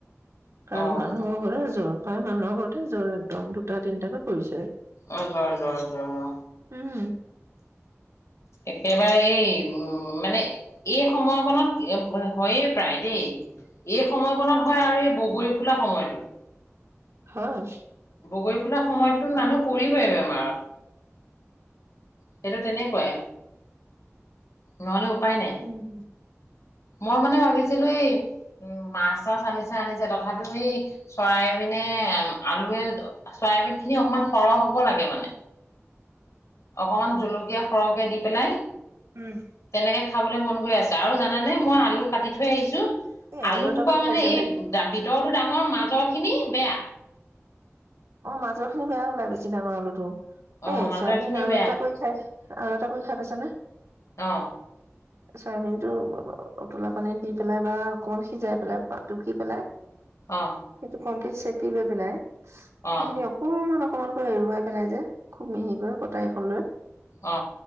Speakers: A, on the right (about 65°); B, on the left (about 80°).
A: প্ৰায়
B: অ অ
A: মানুহৰে জ্বৰ। প্ৰায় মানুহৰ ঘৰত জ্বৰ একদম দুটা তিনটাকে পৰিছে।
B: অ জ্বৰ জ্বৰ জ্বৰ অ।
A: উম
B: একেবাৰে এই উম মানে এই সময়খনত হয়েই প্ৰায় দেই। এই সময়খনত হয় আৰু এই বগৰী ফুলা সময়টোত।
A: হয়।
B: বগৰী ফুলা সময়টোত মানুহ পৰিবই বেমাৰত। সেইটো তেনেকুৱাই। নহ'লে উপায় নাই
A: উম।
B: মই মানে ভাবিছিলো এই উ - মাছ চাছ আনিছিল আনিছে তথাপিও এই চৰাই বিনে <unintelligible> <unintelligible> চয়াবিন খিনি অকমান সৰহ হ'ব লাগে মানে। অকমান জলকীয়া। কীয়া সৰহকে দি পেলাই
A: উম
B: তেনেকে খাবলৈ মন গৈ আছে আৰু জানেনে মই আলু কাটি থৈ আহিছো।
A: এই
B: আলু
A: আৰু এটা
B: সোপা
A: কৰি
B: মানে
A: খাইছানে
B: এই দাবিত ভিতৰৰ টো ডাঙৰ মাজৰ খিনি বেয়া।
A: অ মাজৰ খিনি বেয়া ওলাই বেছি ডাঙৰ আলু তো।
B: অ
A: এ
B: মাজৰ
A: চয়াবিন
B: খিনি
A: আৰু
B: বেয়া
A: এটা কৰি খাই আৰু এটা কৰি খাই পাইছে নে?
B: অ
A: চয়াবিন টো উতলা পানীত দি পেলাই বা অকমান সিজাই পেলাই টুকি পেলাই সেইটো
B: অ
A: কম <unintelligible> চেপি লৈ পেলাই
B: অ
A: সেইখিনি অকণমান অকণমানকৈ এৰুৱাই পেলাই যে খুব মিহিকৈ কটাৰীখন লৈ
B: অ